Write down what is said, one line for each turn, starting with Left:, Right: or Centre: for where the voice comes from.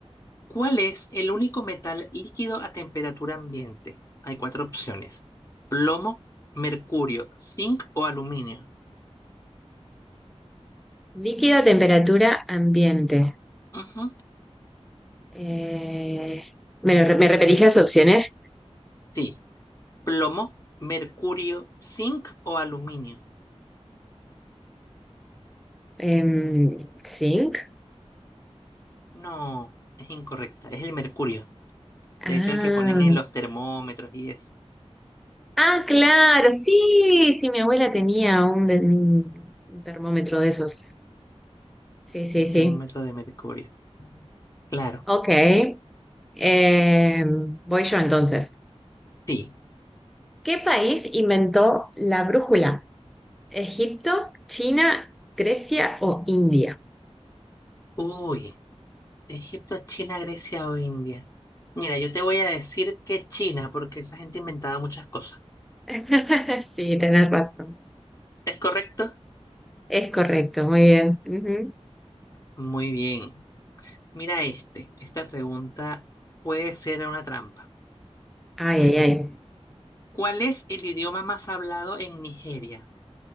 Left: ¿Cuál es el único metal líquido a temperatura ambiente? Hay cuatro opciones. Plomo, mercurio, zinc o aluminio.
Centre: Líquido, temperatura, ambiente.
Left: Ujú.
Centre: Eh, ¿me, lo re- me repetís las opciones?
Left: Sí, plomo, mercurio, zinc o aluminio.
Centre: Em, zinc.
Left: No, es incorrecta, es el mercurio.
Centre: Ah,
Left: De hecho, el que ponen en los termómetros y eso.
Centre: ah, claro, sí, sí, mi abuela tenía un, de- un termómetro de esos. Sí, sí,
Left: Un
Centre: sí.
Left: termómetro de mercurio. Claro,
Centre: Ok. Em, voy yo entonces.
Left: sí.
Centre: ¿Qué país inventó la brújula? Egipto, China, Grecia o India.
Left: Uy, Egipto, China, Grecia o India. Mira, yo te voy a decir que China, porque esa gente inventaba muchas cosas.
Centre: <laughs> Sí, tenés razón.
Left: ¿Es correcto?
Centre: Es correcto, muy bien. Ujú.
Left: Muy bien. Mira este. Esta pregunta puede ser una trampa.
Centre: Ay,
Left: Dice,
Centre: ay, ay.
Left: ¿cuál es el idioma más hablado en Nigeria?